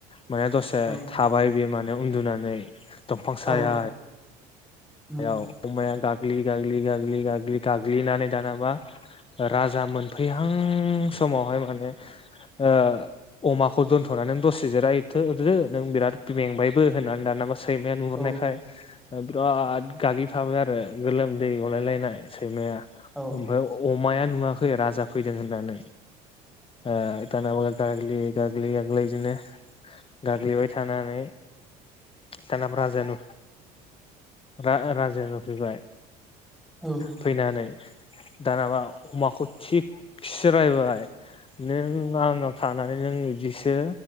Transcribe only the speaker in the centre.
औ
औ उम
औ
औ
औ